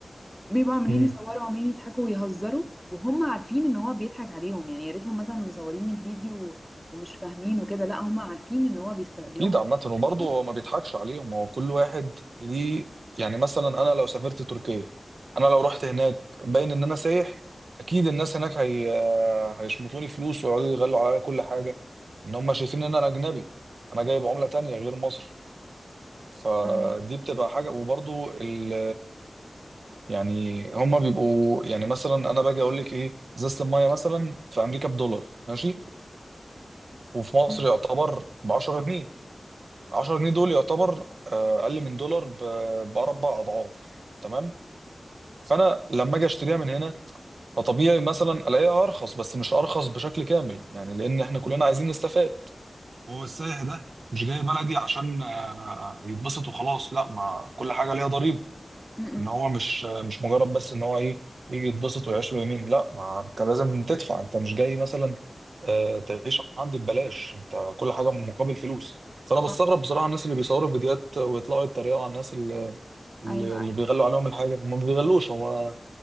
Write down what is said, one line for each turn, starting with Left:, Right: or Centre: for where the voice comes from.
Centre: بيبقوا عمالين
Right: مم.
Centre: يصوروا وعمالين يضحكوا ويهزروا وهم عارفين ان هو بيضحك عليهم يعني يا ريتهم مثلا مصورين الفيديو ومش فاهمين وكده لا هم عارفين ان هو بيستغلهم
Right: اكيد
Centre: وبيضحك
Right: عامة وبرضه
Centre: عليهم
Right: هو ما بيضحكش عليهم هو كل واحد ليه يعني مثلا انا لو سافرت تركيا انا لو رحت هناك باين ان انا سايح اكيد الناس هناك هي هيشمطوني فلوس ويقعدوا يغلوا عليا كل حاجة ان هم شايفين ان انا اجنبي انا جايب عملة تانية غير مصر فدي
Centre: أمم.
Right: بتبقى حاجه وبرضو ال يعني هما بيبقوا يعني مثلا انا باجي اقول لك ايه ازازه الميه مثلا في امريكا بدولار ماشي وفي مصر
Centre: أمم.
Right: يعتبر ب 10 جنيه 10 جنيه دول يعتبر آه، اقل من دولار ب- باربع اضعاف تمام فانا لما اجي اشتريها من هنا فطبيعي مثلا الاقيها ارخص بس مش ارخص بشكل كامل يعني لان احنا كلنا عايزين نستفاد هو السائح ده مش جاي بلدي عشان آه، يتبسط وخلاص لا ما كل حاجه ليها ضريبه
Centre: أمم.
Right: ان هو مش مش مجرد بس ان هو ايه يجي يتبسط ويعيش له يومين لا ما انت لازم تدفع انت مش جاي مثلا آه، تعيش عندي ببلاش انت كل حاجه مقابل فلوس فانا بستغرب
Centre: آه.
Right: بصراحه الناس اللي بيصوروا فيديوهات ويطلعوا يتريقوا على الناس اللي, اللي
Centre: ايوه
Right: اللي
Centre: ايوه
Right: بيغلوا عليهم الحاجه هم ما بيغلوش هم